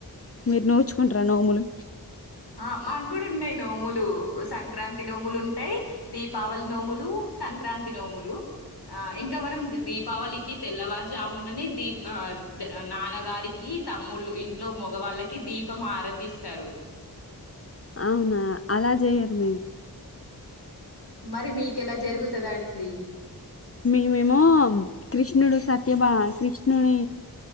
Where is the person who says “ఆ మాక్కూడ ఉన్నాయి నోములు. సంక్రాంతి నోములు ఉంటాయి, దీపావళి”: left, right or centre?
Left